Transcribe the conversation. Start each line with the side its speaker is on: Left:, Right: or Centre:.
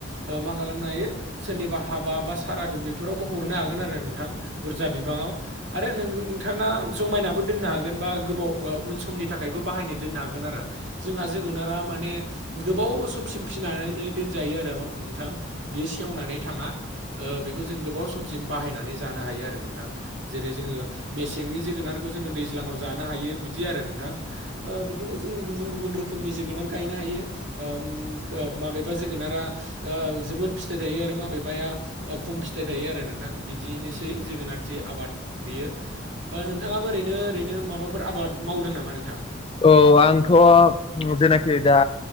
Right: ओ मा खालामनो हायो सोरनिबा हाबा बा सारादु बेफोरावबो हरनो हागोन आरो नोंथां बुरजा बिबाङाव। आरो नों नोंथाङा जमायनाबो दोननो हागोन बा गोबाव उन समनि थाखायबो बाहायनो दोननो हागोन आरो। जोंहा जोगोनारा माने गोबाव समसिम फिनानै दोनजायो आरो नोंथां। बियो सेवनानै थाङा ओ जों समसिम बाहायनानै जानो हायो आरो नोंथां। जेरै जोङो मेसेंनि जोगोनारखौ जोङो दैज्लाङाव जानो हायो बिदि आरो नोंथां। ओ बिदिनो जोंङो गुबुन- गुबुन रोखोमनि जोगोनार गायनो हायो। ओम ओ माबेबा जोगोनारा ओ जोबोद फिथाइ थायो आरो माबेबाया खम फिथाइ थायो आरो नोंथां बिदिनोसै जोगोनार जे आबाद बियो नोंथाङाबो ओरैनो ओरैनो माबाफोर आबाद मावदों नामा नोंथां?
Left: औ आंथ' जेनाखि दा